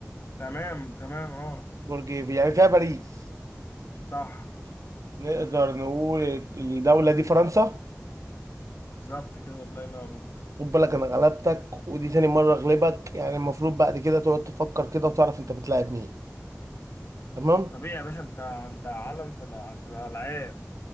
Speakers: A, on the left; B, on the right.
A: تمام تمام اه
B: برج إيفل يعني فيها باريس
A: صح
B: نقدر نقول الدولة دي فرنسا
A: بالظبط كده الله ينور
B: خد بالك أنا غلبتك ودي تاني مرة أغلبك يعني المفروض بعد كده تقعد تفكر كده وتعرف أنت بتلاعب مين تمام؟
A: طبيعي يا باشا انت انت عالم في الع- في الالعاب